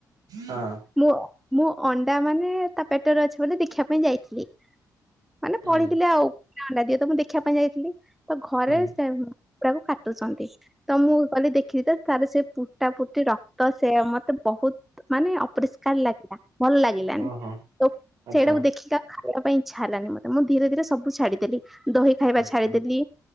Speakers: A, on the right; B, in the centre.
A: ହଁ
B: ମୁଅ ମୁଁ ଅଣ୍ଡା ମାନେ ତା ପେଟରେ ଅଛି ବୋଲି ଦେଖିବା ପାଇଁ ଯାଇଥିଲି ମାନେ
A: ହୁଁ
B: ପଲେଇଥିଲା ଆଉ। ନା ଅଣ୍ଡା ଦିଏ ତ ମୁଁ ଦେଖିବା ପାଇଁ ଯାଇଥିଲି ତ ଘରେ
A: ହୁଁ
B: ସେ କୁକୁଡ଼ା କାଟୁଛନ୍ତି ତ ମୁଁ ଗଲି ଦେଖିଲି ତ ସେ ପୁଟା ପୁଟି ରକ୍ତ ସେ ମତେ ବହୁତ ମାନେ ଅପରିଷ୍କାର ଲାଗିଲା ଭଲ ଲାଗିଲାନି
A: ହଁ ହଁ
B: ତ
A: ଆଚ୍ଛା
B: ସେଇଟାକୁ ଦେଖି ଆଉ ଖାଇ ତା ପାଇଁ ଇଛା ହେଲାନି ମତେ ମୁଁ ଧୀରେ ଧୀରେ ସବୁ ଛାଡିଦେଲି ଦହି ଖାଇବା
A: ଆଚ୍ଛା
B: ଛାଡିଦେଲି।